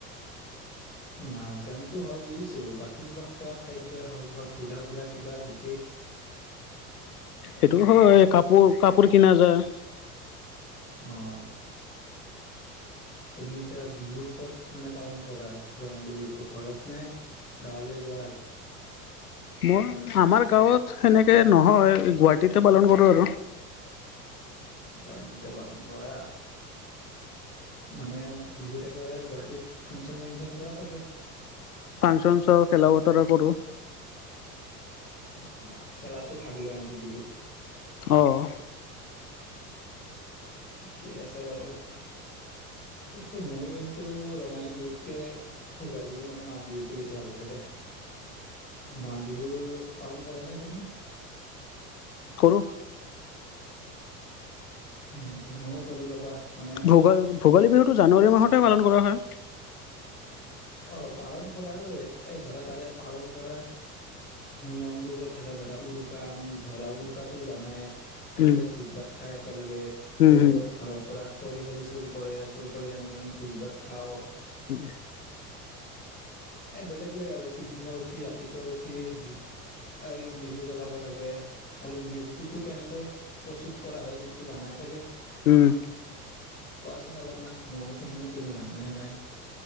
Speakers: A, on the left; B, on the left.
A: নাচ গানতো হয় বুজিছোঁ। বাকী কিবা খোৱা খাদ্যই হওঁক বা ঘুৰা ফুৰা কিবা বিশেষ?
B: সেইটো হয়। কাপোৰ কাপোৰ কিনা যায়।
A: অ'! তুমি এতিয়া বিহু ক'ত মানে, পালন কৰা। ৰঙালী বিহুটো ঘৰত নে গাঁৱলৈ যোৱা আৰু?
B: মই আমাৰ গাঁৱত সেনেকে নহয়। গুৱাহাটীতে পালন কৰোঁ আৰু।
A: গুৱাহাটীতে পালন কৰা! মানে, বিহুত একেবাৰে গুৱাহাটীত ফাংচন চাংচন চোৱা চাগে।
B: ফাংচন শ্ব' খেলা বতৰা কৰোঁ।
A: অ'! বা! খেলাটো ভাগ লোৱা নেকি বিহুত?
B: অ'!
A: ঠিকেই আছে বাৰু। কিন্তু, মোৰ কিন্তু, ৰঙালী বিহুতকে, ভোগালী বিহু মানে, মাঘ বিহুতো বেছি ভাল লাগে দেই। মাঘ বিহু পালন কৰা নে তুমি?
B: কৰোঁ।
A: হয় নেকি? মইয়ো কৰোঁ ৰ'বা। মানে
B: ভোগালী, ভোগালী বিহুটো জানুৱাৰী মাহত পালন কৰা হয়।
A: অহ, পালন কৰা আৰু এই ধৰা তাৰে পালন কৰাৰ নিয়মবোৰ যে থাকে ধৰা উৰুকা আমি ধৰা উৰুকাটো জানাই চব
B: উম
A: যে ভোজ ভাত খাই একেলগে
B: উম
A: বেলেগৰ
B: উম
A: ঘৰৰ পৰা খৰি চৰি চুৰ কৰে চুৰ কৰি আনি আমি ভোজ ভাত খাও।
B: উম,
A: এ বেলেগ-বেলেগ আৰু পিছদিনা উঠি ৰাতিপুৱা উঠি যি এই মেজি জ্বলাব লাগে আৰু মেজিটোতো কেনেকৈ প্ৰস্তুত কৰা হয় তুমিতো জানাই চাগে।
B: উম
A: কোৱাচোন অলপমান ময়ো শুনো তুমি জানা নে নাই।